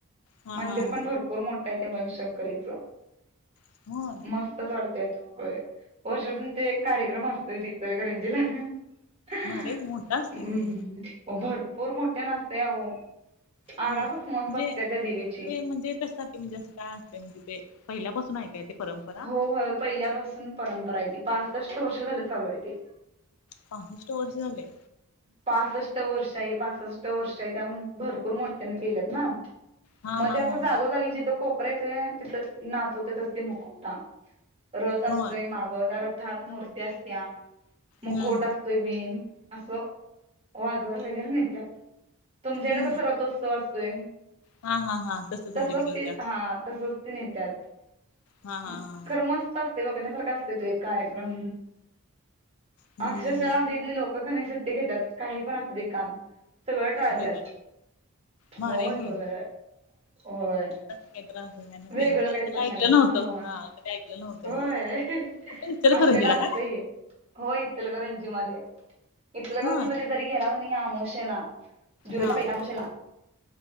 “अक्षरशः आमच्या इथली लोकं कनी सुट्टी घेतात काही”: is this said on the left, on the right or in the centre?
Right